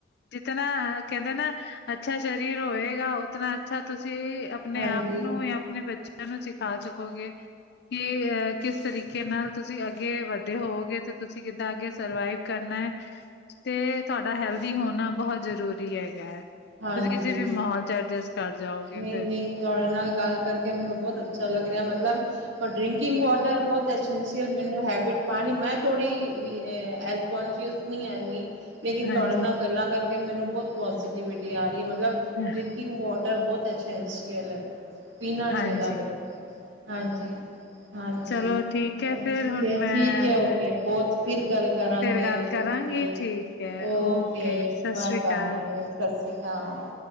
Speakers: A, on the left; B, on the right.
A: ਜਿਤਨਾ ਕਹਿੰਦੇ ਨਾ ਅੱਛਾ ਸ਼ਰੀਰ ਹੋਏਗਾ ਉਤਨਾ ਅੱਛਾ ਤੁਸੀਂ ਅਪਨੇ
B: ਹਾਂਜੀ,
A: ਆਪ ਨੂੰ ਜਾਂ ਅਪਨੇ ਬੱਚਿਆਂ ਨੂੰ ਸਿਖਾ ਸਕੋਗੇ ਕਿ ਇਹ ਕਿਸ ਤਰੀਕੇ ਨਾਲ ਤੁਸੀਂ ਅੱਗੇ ਵੱਡੇ ਹੋਵਗੇ ਤੇ ਤੁਸੀਂ ਕਿੱਦਾਂ ਅੱਗੇ ਸਰਵਾਈਵ ਕਰਨਾ ਤੇ ਤੁਹਾਡਾ ਹੈਲਦੀ ਹੋਨਾ ਬਹੁਤ ਜ਼ਰੂਰੀ ਹੈਗਾ। ਤੁਸੀਂ
B: ਹਾਂਜੀ।
A: ਕਿਸੇ ਵੀ ਮਾਹੌਲ ਚ ਐਡਜਸਟ ਕਰ ਜਾਓਗੇ
B: ਨਹੀਂ,
A: ਫੇਰ।
B: ਨਹੀਂ ਤੁਹਾਡੇ ਨਾਲ ਗੱਲ ਕਰਕੇ ਮੈਨੂੰ ਬਹੁਤ ਅੱਛਾ ਲੱਗ ਰਿਹਾ ਮਤਲਬ ਪਰ ਡਰਿੰਕਿੰਗ ਵਾਟਰ ਬਹੁਤ ਐਸੈਂਸੀਅਲ ਮੈਨੂੰ ਹੈਬਿਟ ਪਾਣੀ ਮੈਂ ਥੋੜੀ ਵੀ ਐ ਹੈਲਥ ਕੋਸ਼ਅਸ ਨਹੀਂ ਹੈਨੀ ਲੇਕਿਨ
A: ਹਾਂਜੀ,
B: ਤੁਹਾਡੇ ਨਾਲ ਗੱਲਾਂ ਕਰਕੇ ਮੈਨੂੰ ਬਹੁਤ ਪੋਜ਼ੀਟੀਵਿਟੀ ਆ ਰਹੀ ਹੈ। ਮਤਲਬ
A: ਹ
B: ਡਰਿਕਿੰਗ ਵਾਟਰ ਬਹੁਤ ਅਸੈਂਸੀਅਲ ਹੈ ਪੀਨਾ
A: ਹਾਂਜੀ,
B: ਚਾਹੀਦਾ ਵੇ ਹਾਂਜੀ ਹਾਂਜੀ
A: ਚਲੋ ਠੀਕ ਹੈ ਫੇਰ
B: ਠੀਕ
A: ਹੁਣ
B: ਹੈ
A: ਮੈਂ
B: ਠੀਕ ਹੈ ਓਕੇ ਬਹੁਤ ਫਿਰ ਗੱਲ ਕਰਾਂਗੇ
A: ਫੇਰ ਗੱਲ ਕਰਾਂਗੀ
B: ਓਕੇ
A: ਠੀਕ ਹੈ
B: ਓਕੇ
A: ਸਤਿ
B: ਬਾ
A: ਸ੍ਰੀ ਅਕਾਲ।
B: ਬਾਏ ਸਤਿ ਸ੍ਰੀ ਅਕਾਲ।